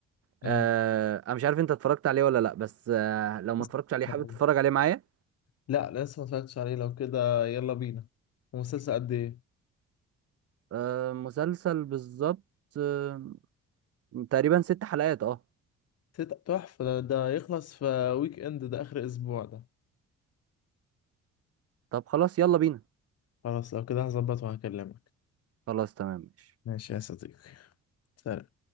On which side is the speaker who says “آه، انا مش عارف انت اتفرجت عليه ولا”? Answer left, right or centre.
Right